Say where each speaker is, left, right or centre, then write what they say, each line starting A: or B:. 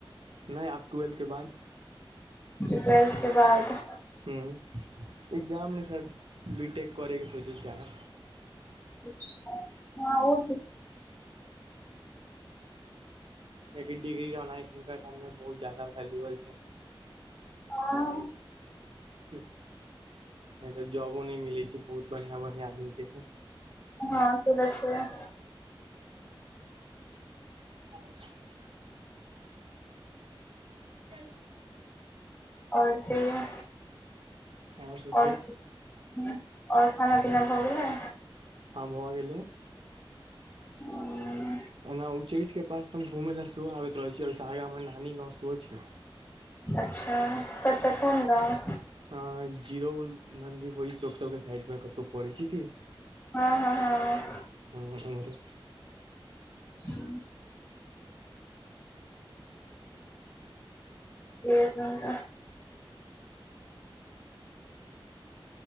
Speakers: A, on the right (about 70°); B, on the left (about 25°).
A: नहि आब ट्वेल्थ के बाद
B: <unintelligible> ट्वेल्थ के बाद
A: हूं एकग्जाम मे शायद बी टेक करैके सोचे छि आहा
B: <unintelligible> हँ ओ त
A: तैके डिग्री रहना हुनका टाइम मे बहुत जादा भेल्युअल छै
B: आंय
A: नै तऽ जॉबो नहि मिलै छै बहुत बढ़ियां बढ़िया आदमी के
B: हँ चले छै
A: अच्छा <unintelligible> चल जेतैय <unintelligible>
B: और <unintelligible> कहियो
A: आओर सब
B: ओर
A: ठीक
B: ह आओर <unintelligible> खाना पीना भऽ गेल ने
A: आ भऽ गेलै
B: <unintelligible> औं
A: ओना उच्चैठ के पास त हम घूमे ला सेहो आबैत रहैत छी ओए से आगाँ हमर नानी गाँव सेहो छै
B: अच्छा कत कोन गांव
A: हां जीरो नन्दीपई चौक सब के साइड मे कतौ तू पढ़ै छै कि
B: हँ हँ हँ हँ
A: हँ ओम्हरे
B: अच्छा <unintelligible> एखन त